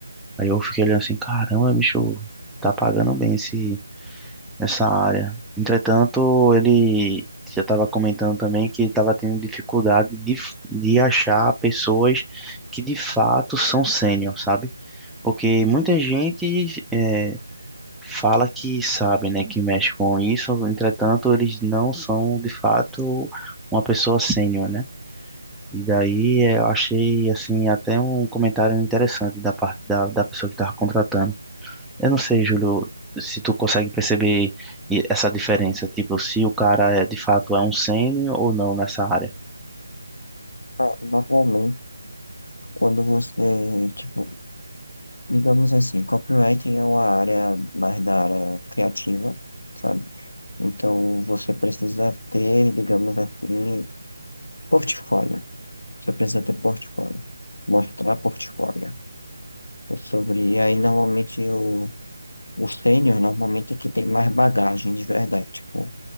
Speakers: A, in the centre; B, on the left.
A: Aí eu fiquei olhando assim, caramba, bicho, tá pagando bem esse nessa área. Entretanto, ele já estava comentando também que estava tendo dificuldade de, de achar pessoas que de fato são sênior, sabe? Porque muita gente é, fala que sabe, né, que mexe com isso, entretanto, eles não são de fato uma pessoa sênior, né? E daí é, eu achei assim até um comentário interessante da parte da, da pessoa que estava contratando eu não sei, Júlio, se tu consegue perceber e- essa diferença, tipo, se o cara é de fato é um sênior ou não nessa área.
B: Ah, Normalmente, quando você, tipo, digamos assim, copywriting é uma área mais da área criativa, sabe? Então, você precisa ter, digamos assim, portfólio. Você precisa ter portfólio. Mostrar portfólio. Sobre, aí normalmente o, o sênior normalmente é que tem mais bagagem de verdade. Tipo,